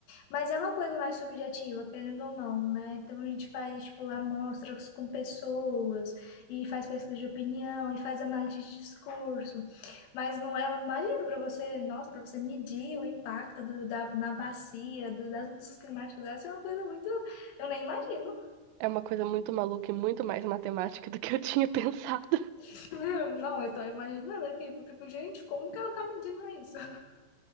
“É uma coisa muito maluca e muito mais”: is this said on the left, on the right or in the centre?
Right